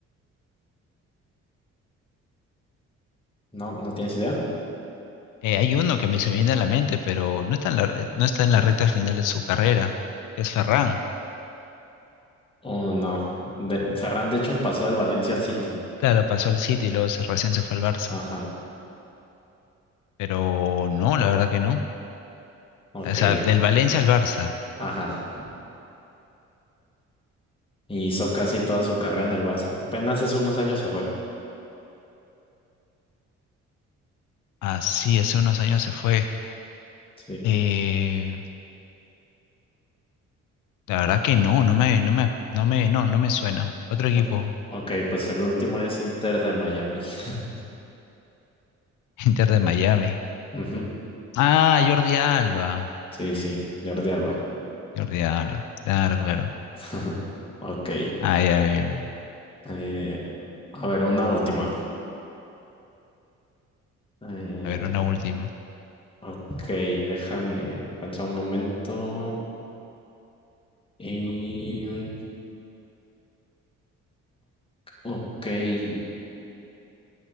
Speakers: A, on the left; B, on the left.
A: No, ¿no tienes idea?
B: Eh, hay uno que me se me viene a la mente, pero no está en la, no está en la recta final de su carrera. Es Ferran.
A: Oh, no. De, Ferran, de hecho, pasó del Valencia al City.
B: Claro, pasó al City y luego se- recién se fue al Barça.
A: Ajá.
B: Pero no, la verdad que no.
A: Ok.
B: O sea, del Valencia al Barça.
A: Ajá. Y hizo casi toda su carrera en el Barça. Apenas hace unos años se fue.
B: Ah, sí, hace unos años se fue.
A: Sí.
B: Eh, la verdad que no, no me, no me, no me, no, no me suena. Otro equipo,
A: O- Ok, pues el último es Inter de Miami. <laughs>
B: <laughs> Inter de Miami.
A: Ujú.
B: Ah, Jordi Alba.
A: Sí, sí, Jordi Alba.
B: Jordi Alba. Claro, claro.
A: <laughs> Ok.
B: Ah, ya, bien, bien, bien.
A: eh, a ver, una última. Eh,
B: A ver, una última.
A: ok, déjame pensar un momento. Y. o- Ok. eh,